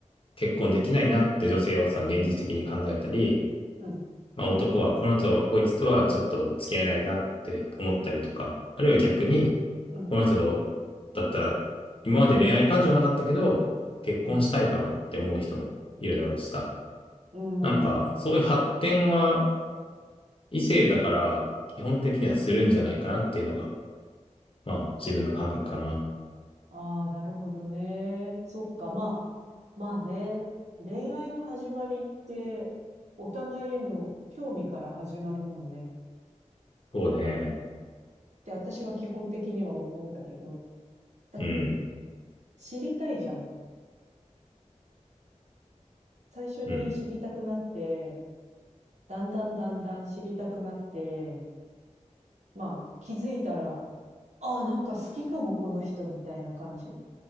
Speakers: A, on the left; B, on the right.
A: 結婚できないなって女性はさ、現実的に考えたり、
B: うん、
A: まあ男はこの人、こいつとはちょっと付き合えないなって思ったりとか、あるいは逆に、
B: うん、
A: この人と、だったら、今まで恋愛感情はなかったけど、結婚したいかもって思う人もいるだろうしさ。
B: うん、うん。
A: なんか、そういう発展は異性だから、基本的にはするんじゃないかなっていうのが、まあ、自分の感覚かな。
B: ああ、なるほどね。そっか、まあ、まあね。恋愛の始まりって、お互いへの興味から始まるもんね。っ
A: そうね。
B: て私は基本的には思うんだけど。だって、
A: うん、
B: 知りたいじゃん。最初に知りたくなって、
A: うん、
B: だんだんだんだん知りたくなって、まあ、気づいたら、ああ、なんか好きかも、この人みたいな感じ